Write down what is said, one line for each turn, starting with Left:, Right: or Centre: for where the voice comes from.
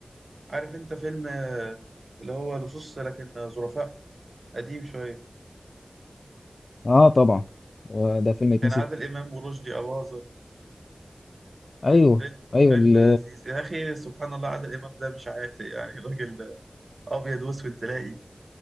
Right: عارف انت فيلم آه، اللي هو لصوص لكن ظرفاء قديم شوية
Left: اه طبعا هو ده فيلم يتنسي
Right: كان عادل امام ورشدي اباظة
Left: ايوه
Right: فيلم
Left: ايوه
Right: فيلم
Left: ال-
Right: لذيذ يا اخي سبحان الله عادل امام ده مش عاتق يعني الراجل ابيض واسود تلاقي